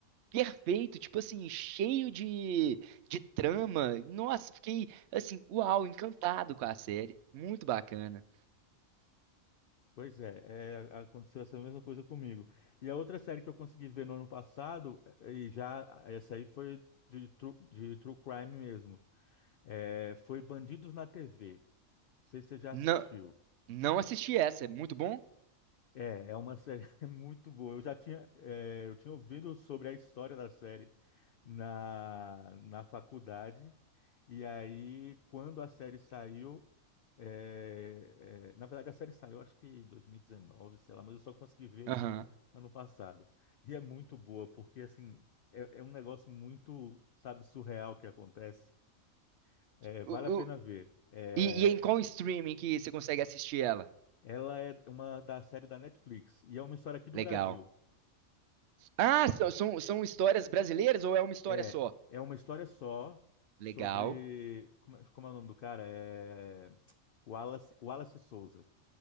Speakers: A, on the right; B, on the left.
A: perfeito, tipo assim, cheio de, de trama. Nossa, fiquei, assim, uau, encantado com a série. Muito bacana.
B: Pois é, é, aconteceu essa mesma coisa comigo. E a outra série que eu consegui ver no ano passado, é, e já essa aí foi de true, de true crime mesmo, é, foi Bandidos na TV. Não sei se você já
A: Não,
B: assistiu.
A: não assisti essa, é muito bom?
B: É, é uma série <laughs> muito boa. Eu já tinha, é, eu tinha ouvido sobre a história da série na, na faculdade, e aí quando a série saiu, é, é, na verdade a série saiu acho que em 2019, sei lá, mas eu só consegui ver
A: Aham.
B: ano passado. E é muito boa, porque assim, é, é um negócio muito, sabe, surreal que acontece. É, vale
A: O-
B: a pena
A: o-
B: ver. É,
A: E, e em qual streaming que você consegue assistir ela?
B: ela é uma da série da Netflix e é uma história aqui do
A: Legal.
B: Brasil.
A: Ah, são, são, são histórias brasileiras ou é uma história
B: É,
A: só?
B: é uma história só
A: Legal.
B: sobre. Como, é como é o nome do cara? É Wallace, Wallace Souza.